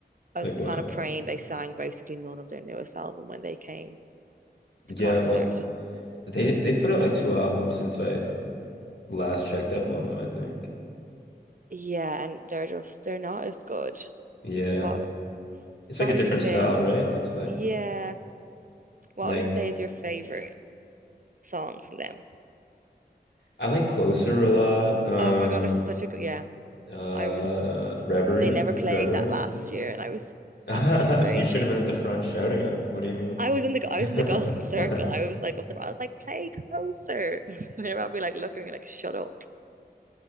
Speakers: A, on the right; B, on the left.
A: I
B: Like
A: was
B: what?
A: kind of praying they sang basically none of their newest album when they came
B: Yeah,
A: to concert.
B: what they they put out like two albums since I last checked up on them, I think.
A: Yeah, and they're just they're not as good.
B: Yeah.
A: What
B: It's
A: what
B: like a
A: would
B: different
A: you say?
B: style, right? It's like
A: Yeah, what
B: like
A: would you say is your favorite song from them?
B: I like Closer a lot. Um
A: Oh my God, it's such a good yeah.
B: uh
A: I was
B: Reverie,
A: they never played
B: Revelry.
A: that last year and I was
B: <laughs>
A: absolutely raging.
B: You should have been at the front shouting at them. What do you mean?
A: I was in
B: <laughs>
A: the I
B: I
A: was in the <laughs> golden circle. I was like up the I was like, play closer. <laughs> They were probably like looking at me like, shut up.